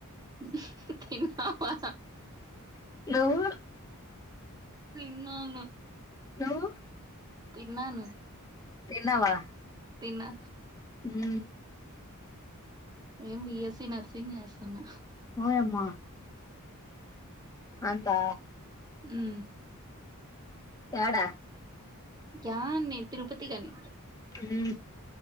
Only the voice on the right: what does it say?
అ <unintelligible> తిన్నావా
తిన్నాను
తిన్నాను
తిన్నా
నేను బి ఎస్ సీ నర్సింగ్ చేస్తున్నా
హు
జాన్ తిరుపతి గాని